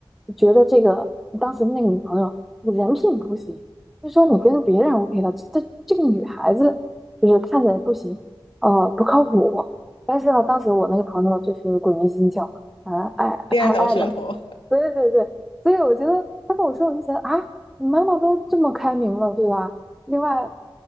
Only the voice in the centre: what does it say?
觉得这个当时那个女朋友人品不行，就说你跟别人 OK 的，这这个女孩子就是看起来不行，呃，不靠谱。但是呢，当时我那个朋友就是鬼迷心窍，啊、爱太爱了，
对对对，所以我觉得他跟我说，我就觉得啊，你妈妈都这么开明了，对吧？另外，